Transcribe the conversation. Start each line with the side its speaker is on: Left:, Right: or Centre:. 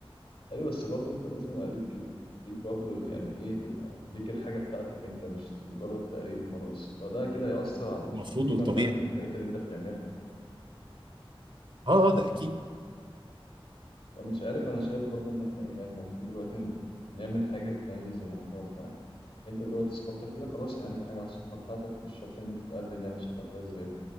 Left: أيوه بس برضه أنت لازم يبقى ليك ال... ليك برضه ال- يعني إيه تبقى ليك الحاجة بتاعتك أنت مش مجرد تقليد وخلاص فده كده هيأثر على
Right: المفروض
Left: على القيمة
Right: والطبيعي
Left: بتاعت الحاجات اللي أنت بتعملها
Right: اه اه ده اكيد
Left: فمش عارف انا شايف برضو ان احنا ايه يعني المفروض دلوقتي ن- نعمل حاجة تميز المحتوى بتاعنا انت دلوقتي ثقافتك كده خلاص هعمل حاجة على الثقافة بتاعتك مش شرط ان انت تقلد يعني عشان تبقى كويس زيهم